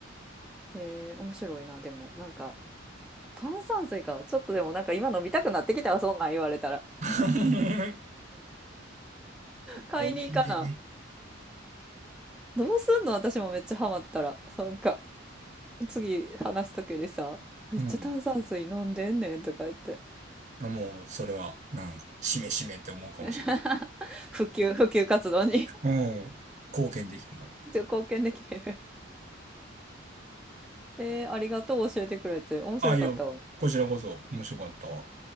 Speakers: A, in the centre; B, on the right.
A: へえ、面白いな、でも、なんか、炭酸水か。ちょっとでもなんか今飲みたくなってきたわ、そんなん言われたら。
B: <laughs>
A: 買いに行かな。
B: 美味しいで。
A: どうすんの私もめっちゃハマったら。なんか、次話す時にさ、めっちゃ炭酸水飲んでんねんとか言って。
B: うん。あもう、それは、なん、しめしめって思うかもしれない。
A: <laughs> 普及、普及活動に <laughs>
B: うん。貢献できな
A: ちょっと <laughs> 貢献できてる。えー、ありがとう教えてくれて。面白かったわ。
B: たな。あ、いや、こちらこそ面白かったわ。